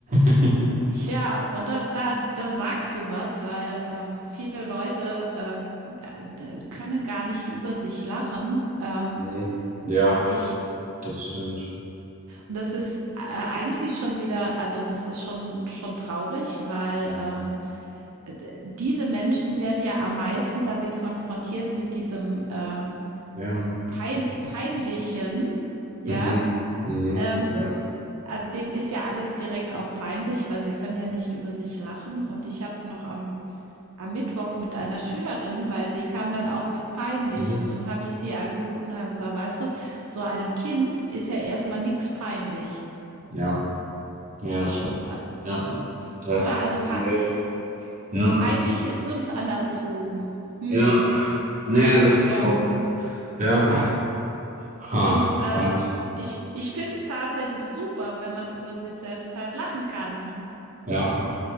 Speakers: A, on the right (about 35°); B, on the right (about 80°).
A: <laughs>
B: Ja, und da, da, da sagst du was, weil ähm, viele Leute äh, können gar nicht über sich lachen. Ähm,
A: Mhm. Ja,
B: ich,
A: das stimmt.
B: und das ist äh, eigentlich schon wieder, also das ist schon, schon traurig, weil
A: Mhm.
B: ähm, diese Menschen werden ja am meisten damit konfrontiert mit diesem ähm,
A: Ja,
B: pein
A: voll.
B: peinlichen, ja,
A: Mhm. Mhm.
B: ähm,
A: Ja.
B: also denen ist ja alles direkt auch peinlich, weil sie können ja nicht über sich lachen. Und ich habe noch am, am Mittwoch mit einer Schülerin, weil die kam dann auch mit peinlich.
A: Mhm.
B: Und dann habe ich sie angeguckt und habe gesagt, weißt du, so einem Kind ist ja erstmal nichts peinlich.
A: Ja, ja, das stimmt.
B: Ja.
A: Ja, da hast
B: Ne?
A: du vollkommen
B: Also pe
A: recht. Ja,
B: peinlich ist uns anerzogen. Hm.
A: ja. Nee, das
B: So.
A: ist so. Ja. Ha,
B: Und
A: spannend.
B: äh, ich, ich finde es tatsächlich super, wenn man über sich selbst halt lachen kann,
A: Ja.